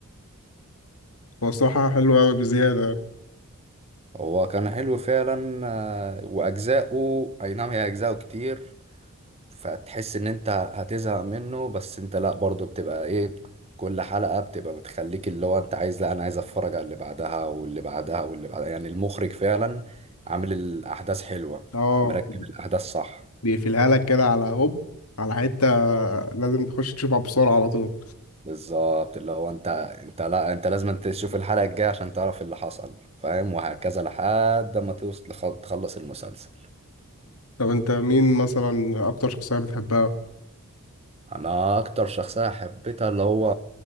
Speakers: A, on the left; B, on the right.
A: هو الصراحة حلو اوي بزيادة
B: هو كان حلو فعلا آه، واجزاؤه اي نعم هي اجزاؤه كتير فتحس ان انت هتزهق منه بس انت لا برضه بتبقى ايه كل حلقة بتبقى بتخليك اللي هو انت عايز لا انا عايز اتفرج على اللي بعدها واللي بعدها واللي بعدها يعني المخرج فعلا عامل الاحداث حلوة
A: اه
B: مركب الاحداث صح
A: بيقفلها لك كده على هوب على حتة لازم تخش تشوفها بسرعة على طول
B: بالظبط اللي هو انت انت لا انت لازم انت تشوف الحلقة الجاية عشان تعرف اللي حصل فاهم وهكذا لحد ما توصل تخلص المسلسل
A: طب انت مين مثلا اكتر شخصية بتحبها؟
B: انا اكتر شخصيه حبيتها اللي هو